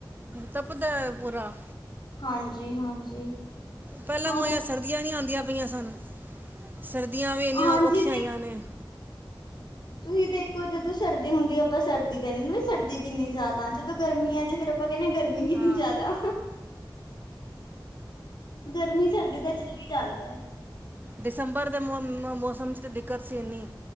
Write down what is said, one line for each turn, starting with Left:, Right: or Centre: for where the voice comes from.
Right: ਤਪਦੈ ਪੂਰਾ।
Left: ਹਾਂਜੀ- ਹਾਂਜੀ।
Right: ਪੈਹਲਾਂ
Left: ਹੋਰ
Right: ਮੋਈਆਂ ਸਰਦੀਆਂ ਨੀ ਆਂਦੀਆਂ ਪਈਆਂ ਸਨ, ਸਰਦੀਆਂ ਵੀ ਇੰਨੀਆਂ
Left: ਹਾਂਜੀ
Right: ਔਖੀਆਂ ਆਈਆਂ ਨੇ।
Left: ਤੂਹੀ ਦੇਖੋ ਜਦੋਂ ਸਰਦੀ ਹੁੰਦੀ ਅਪਾਂ ਸਰਦੀ ਕੈਂਨੇ ਨ, ਸਰਦੀ ਕਿੰਨੀ ਜਾ਼ਦਾ ਜਦੋਂ ਗਰਮੀ ਆਜੇ ਫੇਰ ਅਪ ਆਪਾਂ ਕੈਨੇ ਗਰਮੀ ਕਿੰਨੀ
Right: ਹਾਂ
Left: ਜਾਦਾ। ਗਰਮੀ, ਸਰਦੀ ਤਾ ਚੱਲੀ ਜਾਂਦੈ।
Right: ਦਿਸੰਬਰ ਦੇ ਮੌ, ਮੌਸਮ ਚ ਤੇ ਦਿੱਕਤ ਸੀ ਇੰਨੀ